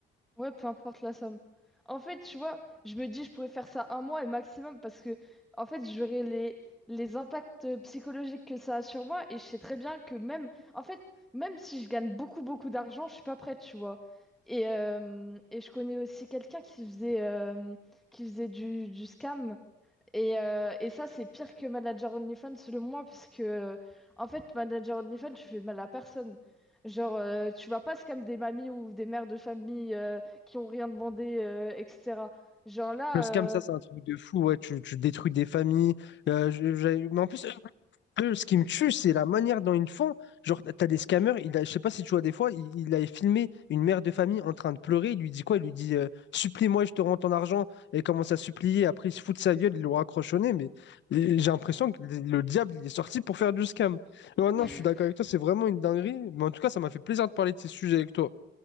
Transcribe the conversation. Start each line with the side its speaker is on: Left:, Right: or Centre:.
Centre: Ouais, peu importe la somme. En fait, tu vois, je me dis, je pourrais faire ça un mois et maximum parce que, en fait, j'aurais les, les impacts psychologiques que ça a sur moi et je sais très bien que même, en fait, même si je gagne beaucoup, beaucoup d'argent, je suis pas prête, tu vois. Et, euh, et je connais aussi quelqu'un qui faisait, euh, qui faisait du, du scam. Et, euh, et ça, c'est pire que Manager OnlyFans, selon moi, parce que, en fait, Manager OnlyFans, tu fais mal à personne. Genre, euh, tu vas pas scam des mamies ou des mères de famille euh, qui ont rien demandé, euh, etc. Genre là,
Left: Le scam, ça,
Centre: euh,
Left: c'est un truc de fou. Ouais, tu, tu détruis des familles. Euh, je- j'ai- mais en plus, peu, ce qui me tue, c'est la manière dont ils font. Genre, t'as des scammers, il a, je sais pas si tu vois des fois, il, il avait filmé une mère de famille en train de pleurer. Il lui dit quoi? Il lui dit euh, Supplie-moi, je te rends ton argent. Et il commence à supplier. Après, il se fout de sa gueule, il l'aura raccrochonné. Mais et j'ai l'impression que le le diable, il est sorti pour faire du scam. Non, non,
Centre: <laughs>
Left: je suis d'accord avec toi, c'est vraiment une dinguerie. Mais en tout cas, ça m'a fait plaisir de parler de ces sujets avec toi.